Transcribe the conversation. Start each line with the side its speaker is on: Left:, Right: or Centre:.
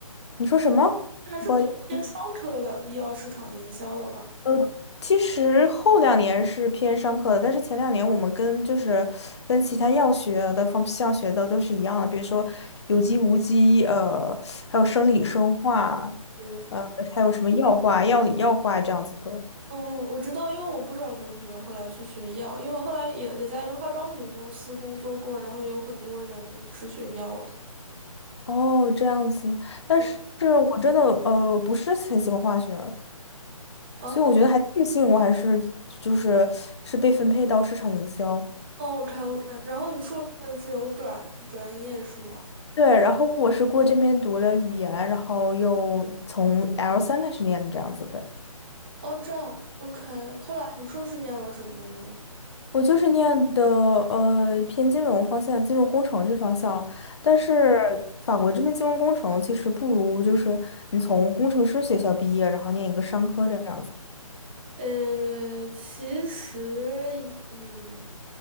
Left: 你说什么？
Right: 那还是比较偏商科的。
Left: 不好意思。
Right: 医药市场营销的话，
Left: 呃，其实后两年是偏商科的，但是前两年我们跟就是跟其他药学的方向学的都是一样的，比如说有机、无机，呃，还有生理生化，
Right: 对，
Left: 呃，还有什么药化、药理药化这样子的。
Right: 嗯，我知道，因为我不少同学后来去学医药，因为我后来也也在一个化妆品公司工作过，然后有很多人是学药的。
Left: 哦，这样子，但是我真的呃不是很喜欢化学，
Right: 嗯啊
Left: 所以我觉得还庆幸我还是就是是被分配到市场营销。
Right: o k OK，然后你硕士是有转专业是吗？
Left: 对，然后我是过这边读了语言，然后又从 L 三开始念的这样子的。
Right: 哦，这样 OK，后来你硕士念了什么呢？
Left: 我就是念的呃偏金融方向，金融工程这方向，但是法国这边金融工程其实不如就是你从工程师学校毕业，然后念一个商科这样子。
Right: 呃，其实嗯，